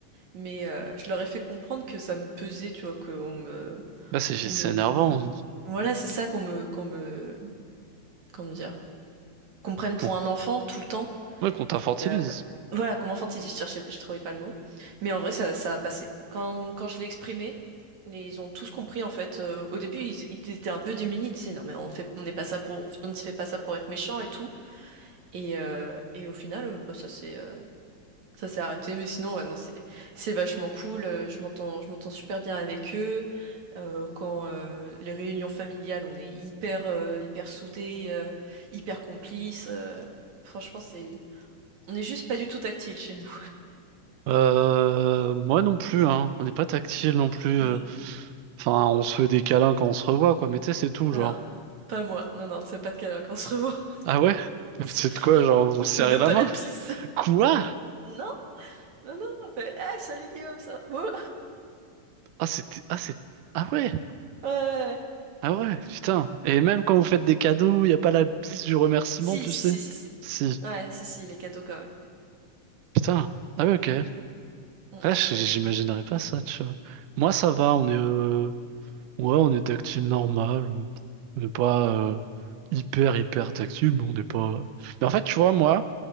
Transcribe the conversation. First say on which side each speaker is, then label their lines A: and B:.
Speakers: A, on the right (about 65°); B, on the right (about 80°).
A: mais euh, je leur ai fait comprendre que ça me pesait, tu vois, qu'on me,
B: Bah, c'est c'est
A: on me,
B: énervant.
A: voilà, c'est ça qu'on me, qu'on me, comment dire, qu'on me prenne pour
B: Bon.
A: un enfant tout le temps.
B: Ouais, qu'on t'infortilise.
A: Et, euh, voilà, comme enfantiliste, je cherchais, je trouvais pas le mot. Mais en vrai, ça, ça a passé. Quand, quand je l'ai exprimé, les- ils ont tous compris en fait. Euh, au début, ils, ils étaient un peu démunis. Ils disaient non, mais on fait, on n'est pas ça pour, on, on ne se fait pas ça pour être méchant et tout. Et, euh, et au final, euh, bah, ça s'est, euh, ça s'est arrêté. Mais sinon, ouais, non, c'est, c'est vachement cool. Euh, Je m'entends, je m'entends super bien avec eux. Euh, quand euh, les réunions familiales, on est hyper, euh, hyper soudés, euh, hyper complices. euh, franchement, c'est, on n'est juste pas du tout tactile chez nous.
B: Euh, moi non plus, hein. On n'est pas tactile non plus. euh.
A: Mm.
B: Enfin, on se fait des câlins quand on se revoit, quoi. Mais tu sais, c'est tout,
A: Ah,
B: genre.
A: pas moi. Non, non, c'est pas de câlin quand on se revoit.
B: Ah ouais? <laughs>
A: <laughs>
B: Mais
A: On je-
B: C'est de quoi, genre, vous vous
A: on
B: serrez
A: fait même
B: la
A: pas
B: main?
A: la bise.
B: Quoi?
A: Non, non, non. On fait, ah, salut Guillaume, ça. va Ouais,
B: Ah, c'était, ah, c'est, ah ouais,
A: ouais, ouais. ouais.
B: ah ouais, putain. Et même quand vous faites des cadeaux, il n'y a pas la bise du remerciement,
A: Si,
B: tu
A: si,
B: sais.
A: si, si, si.
B: Si,
A: Ouais, si, si, les cadeaux quand même.
B: putain. Ah ouais, ok.
A: Mm, mm,
B: Ouais,
A: mm,
B: je- j'imaginerais
A: mm.
B: pas ça, tu vois. Moi, ça va, on est, euh, Ouais, on est tactile normal. euh, On n'est pas euh, hyper, hyper tactile, mais on n'est pas. Mais en fait, tu vois, moi,